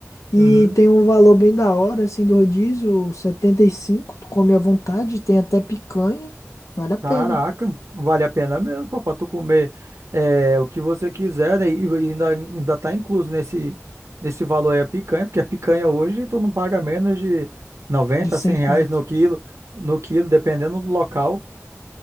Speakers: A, on the left; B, on the right.
A: E
B: Uhum.
A: tem um valor bem da hora, assim, do rodízio, 75. tu come à vontade, tem até picanha, vale a pena,
B: Caraca, vale a pena mesmo, pô, pra tu comer é, o que você quiser, né? E e ainda, ainda tá incluso nesse, nesse valor aí a picanha, porque a picanha hoje tu não paga menos de 90,
A: de 100
B: 100
A: conto.
B: reais no quilo, no quilo, dependendo do local.